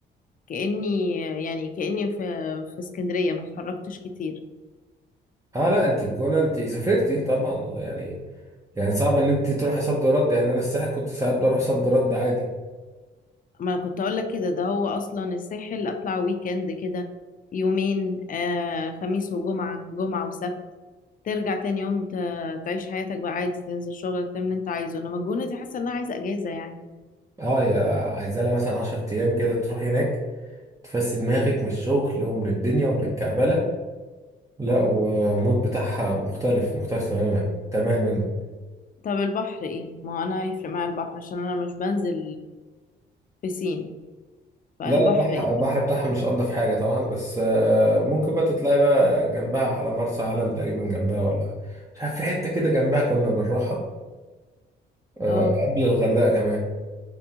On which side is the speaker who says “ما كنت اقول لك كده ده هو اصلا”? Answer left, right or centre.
Left